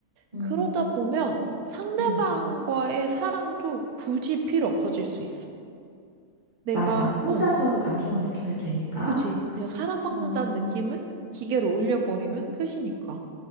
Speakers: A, on the right (about 30°); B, on the right (about 75°).
A: 음,
B: 그러다 보면 상대방과의
A: 음,
B: 사랑도 굳이 필요 없어질 수 있어. 내가,
A: 맞아. 혼자서
B: 어,
A: 그 감정을 느끼면 되니까.
B: 그지. 그냥 사랑받는다는
A: 음,
B: 느낌을 기계로 올려버리면 끝이니까.